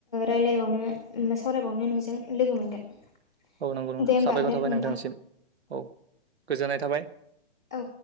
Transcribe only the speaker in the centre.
रायज्लायबावनो सावरायबावनो नोंजों लोगो मोनगोन।
दे होमबा
नोंथां
औ